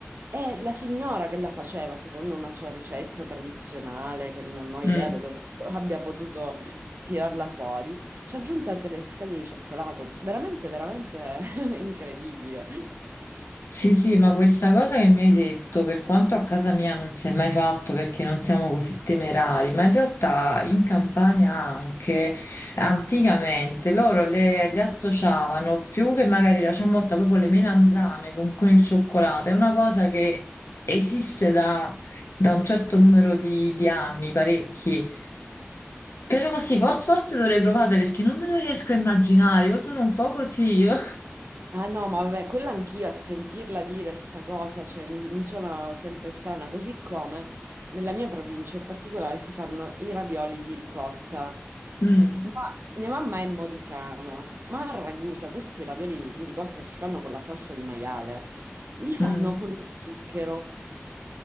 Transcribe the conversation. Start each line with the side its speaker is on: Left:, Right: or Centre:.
Right: E la signora che la faceva, secondo una sua ricetta tradizionale, che non ho
Left: Mm.
Right: idea da dove <laughs> abbia potuto tirarla fuori, ci ha aggiunto anche le scaglie di cioccolato, veramente, veramente <laughs> incredibile.
Left: Sì, sì, ma questa cosa che mi hai detto, per quanto a casa mia non si è mai fatto perché non siamo così temerari, ma in realtà in Campania anche anticamente loro le, le associavano più che magari la ciabatta, proprio le melanzane con, con il cioccolato, è una cosa che esiste da, da un certo numero di, di anni, parecchi. Però sì, forse, forse dovrei provarle perché non me lo riesco a immaginare, io sono un po' così. Io...
Right: Ah no, ma vabbè, quella anch'io a sentirla dire sta cosa, cioè mi, mi suona sempre strana, così come nella mia provincia in particolare si fanno i ravioli di ricotta.
Left: <laughs>
Right: Ma mia mamma è modicana, ma a Ragusa questi ravioli di ricotta che si fanno con la salsa di maiale, li fanno
Left: Mm, mm,
Right: con lo zucchero.